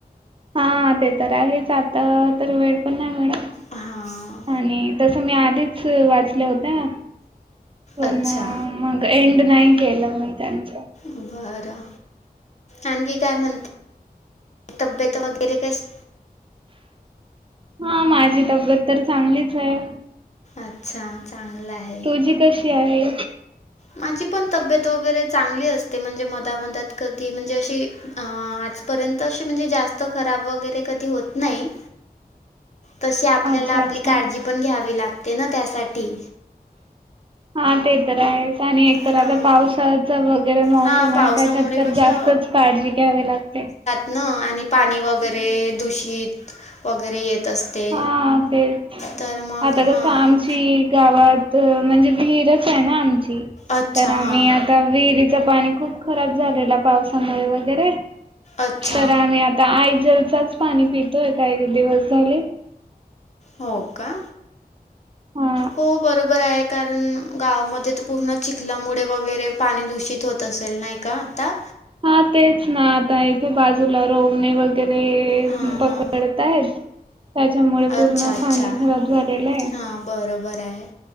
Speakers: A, on the right (about 35°); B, on the left (about 45°).
A: हा ते तर आहेच आता तर वेळ पण नाही मिळत
B: हां
A: आणि तसं मी आधीच वाचल्या होत्या. पुन्हा
B: अच्छा
A: मग एंड नाही केलं मी त्यांच.
B: बरं आणखी काय म्हणते तब्येत वगैरे कशी
A: हा माझी तब्येत तर चांगलीच आहे.
B: अच्छा चांगलं आहे‌.
A: तुझी कशी आहे?
B: माझी पण तब्येत वगैरे चांगली असते म्हणजे मधामधात कधी म्हणजे अशी आजपर्यंत अशी म्हणजे जास्त खराब वगैरे कधी होत नाही. तशी आपल्याला
A: अच्छा
B: आपली
A: अच्छा
B: काळजी पण घ्यावी लागते ना त्यासाठी.
A: हा ते तर आहेच. आणि एकतर
B: हां.
A: आता पावसाचा वगैरे मोसम
B: हां
A: आहे
B: पावसामुळे
A: त्याच्यात तर
B: कशा
A: जास्तच काळजी घ्यावी लागते.
B: न आणि पाणी वगैरे दूषित वगैरे येत असते
A: हा तेच
B: तर मग
A: आता
B: हां
A: कसं आमची गावात म्हणजे विहिरच आहे ना आमची
B: अच्छा
A: तर आम्ही
B: हां.
A: आता विहिरीच पाणी खूप खराब झालेल पावसामुळे वगैरे
B: अच्छा.
A: तर आम्ही आता आयजलच पाणी पितोय काही दिवस झाले.
B: हो का
A: हा.
B: हो बरोबर आहे कारण गावामध्ये तर पूर्ण चिखलामुळे वगैरे पाणी दूषित होत तसेल नाही का आता?
A: हा तेच ना आता इथे बाजूला रोवणी वगैरे
B: हां
A: पकडत
B: हां
A: आहेत त्याच्यामुळे
B: अच्छा
A: पूर्ण
B: अच्छा
A: पाणी खराब झालेलं आहे.
B: हां बरोबर आहे.